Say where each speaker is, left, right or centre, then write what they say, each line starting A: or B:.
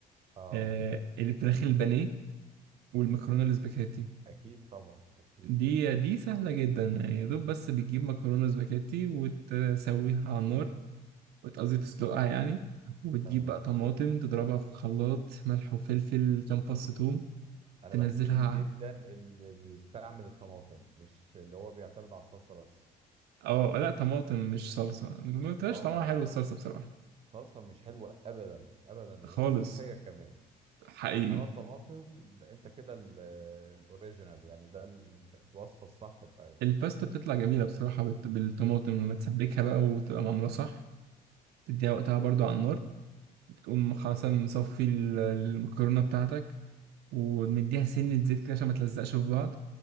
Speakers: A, on the right; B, on the right.
A: اه
B: آه الفراخ البانيه والمكرونه الاسباجيتي
A: اكيد طبعا اكيد
B: دي دي سهله جدا يعني يا دوب بس بتجيب مكرونه سباجيتي وتسويها على النار وت- قصدي تسلقها يعني وتجيب
A: تمام
B: بقى طماطم تضربها في خلاط ملح وفلفل كام فص ثوم
A: انا
B: تنزلها
A: بحترم جدا اللي بيستعمل الطماطم مش اللي هو بيعتمد على الصلصه بس
B: اه لا طماطم مش صلصة ما بتبقاش
A: اه
B: طعمها حلو
A: ما
B: الصلصة
A: هو
B: بصراحة
A: الصلصه مش حلوه ابدا ابدا
B: خالص
A: ومش صحيه كمان
B: حقيقي
A: انما الطماطم ده انت كده ال- الاوريجينال يعني ده ال- الوصفه الصح بتاعتك
B: الباستا بتطلع جميلة بصراحة بت- بالطماطم لما تسبكها بقى وتبقى معمولة صح تديها وقتها برضو على النار تقوم خاصة مصفي ال- المكرونة بتاعتك ومديها سنة زيت كده عشان ما تلزقش في بعض